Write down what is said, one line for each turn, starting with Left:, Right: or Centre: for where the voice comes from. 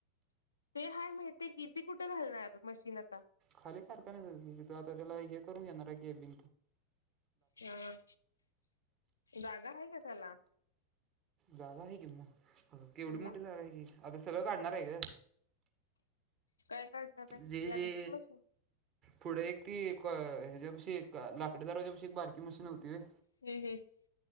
Left: ते हय माहतीय की तेी कुठं घालणार मशीन आता
Right: खाली कारखाना नाहीथ आता त्याला हे करून घेणार आहे की बि
Left: हा जागा आहे का त्याला?
Right: जागा आहे कि
Left: मशीनला
Right: केवढी मोठी झागा आहे की आता सगळं काढणार आहे का
Left: काय? काढणार आहे
Right: जे
Left: यादीची
Right: जे
Left: मशीन
Right: फुढे एक ती हच्या्या बशी लाकडी दाराच्या एक बारकी मशीनती त
Left: हम् हम्